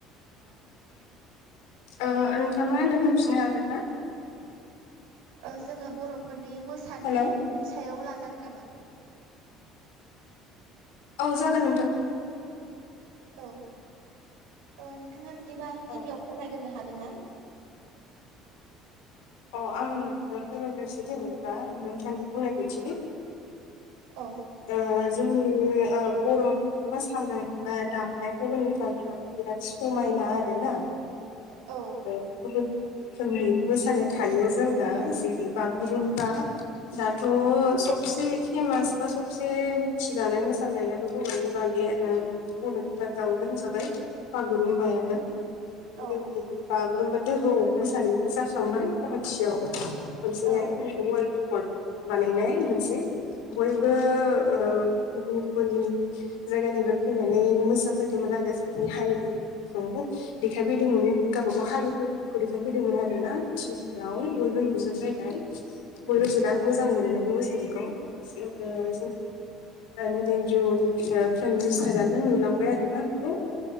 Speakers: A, on the left; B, on the right.
A: <inaudible> ओ नोंथाङा मा होनदों होनफिननो हागोन ना
B: ओ जोङो बर'फोरनि मोसानायनि
A: हेलौ
B: सायाव लाजागोन नामा
A: औ जागोन नोंथां
B: औ ओ नोंथाङा बिदिबा गिबियाव
A: औ
B: फोरमायगोरनो हागोन ना
A: अ आं फोरमायग्रोसै जेनेबा नोंथांनि बुंनाय बायदिनो
B: औ
A: ओ जोंनि ओ बर'नि मोसानाय बा दामनायफोरनि थाखायबाथ' बिराद समायना आरोना
B: औ
A: गुबुनु गुबुन रोखोमनि मोसानाय थायो जोंना जेरै बागुरुम्बा दाथ' सबसे फेमास बा सबसे मिथिजानाय मोसानायानो बर'नि बागै बर'नि मादाव होनजाबाय बागुरुम्बायानो
B: औ
A: जोंनि बागुरुम्बा दोहौ मोसानायबो जाखांबाय गुवाहाटियाव खनसेहाय
B: औ
A: ओरै अवार्ड रेकर्ड बानायनाय मोनसे बयबो ओ गुबुन गुबुन जायगानिफ्राय फैनानै मोसाफैदोंमोन आरो जोंनि हारिनिखौ देखायफैदोंमोन गावबागाव हारिफोरखौ देखायफैदोंमोन आरो ना राव बयबो नुजोबलायनाय बयबो बिराद
B: औ
A: मोजां मोनदों बे मोसानायखौ जोङो जोंनि जोङा नरेन्द्र मदि ओ प्राइम मिनिस्टारानो नुलांबाय आरो ना बेखौ